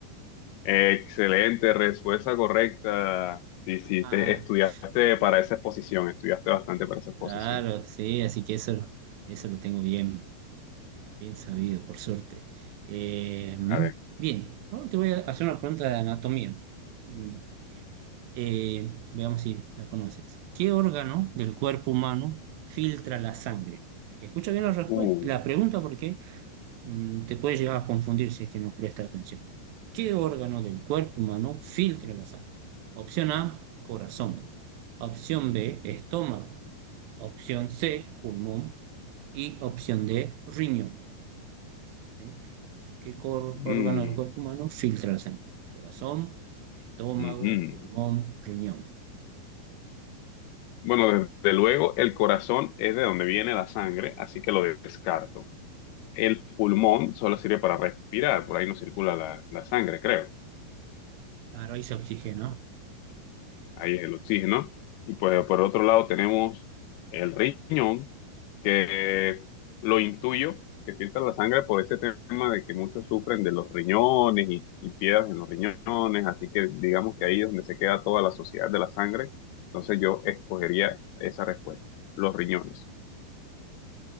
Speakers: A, on the left; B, on the right.
A: excelente, respuesta correcta. Sí, sí,
B: Ah,
A: te estudiaste
B: sí,
A: para esa exposición, estudiaste bastante para esa exposición.
B: claro, sí, así que eso, lo- eso lo tengo bien, bien sabido, por suerte. Eh, mm,
A: A ver.
B: bien, ahora te voy a hacer una pregunta de anatomía. Mm, eh, veamos si la conoces. ¿Qué órgano del cuerpo humano filtra la sangre? Escucha bien la respuesta,
A: Uh,
B: la pregunta porque Mm, te puede llegar a confundir si es que no presta atención. ¿Qué órgano del cuerpo humano filtra la sangre? Opción A, corazón. Opción B, estómago. Opción C, pulmón. Y opción D, riñón. ¿sí? Entonces, ¿qué cor-
A: mm.
B: órgano del cuerpo humano filtra la sangre? Corazón, estómago,
A: Ujú.
B: pulmón, riñón.
A: Bueno, desde luego el corazón es de donde viene la sangre, así que lo descarto. El pulmón solo sirve para respirar, por ahí no circula la, la sangre, creo.
B: Claro, ahí se oxigena.
A: ahí es el oxígeno. Y pues por otro lado tenemos el riñón, que lo intuyo, que filtra la sangre por ese tema de que muchos sufren de los riñones y, y piedras en los riñones, así que digamos que ahí es donde se queda toda la sociedad de la sangre. Entonces yo escogería esa respuesta, los riñones.